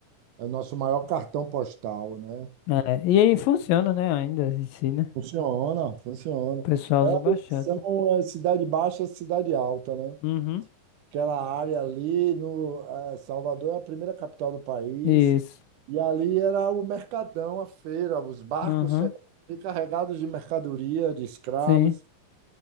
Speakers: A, on the right (about 70°); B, on the left (about 85°).
A: É o nosso maior cartão postal, né?
B: É, e aí funciona, né? Ainda em si, né?
A: Funciona, funciona.
B: O pessoal
A: É
B: usa
A: uma
B: bastante.
A: opção,
B: né?
A: é cidade baixa, cidade alta, né?
B: Uhum.
A: aquela área ali no eh, Salvador é a primeira capital do país
B: Isso.
A: e ali era o mercadão, a feira, os barcos
B: Uhum.
A: chegavam ali carregados de mercadoria, de escravos,
B: Sim.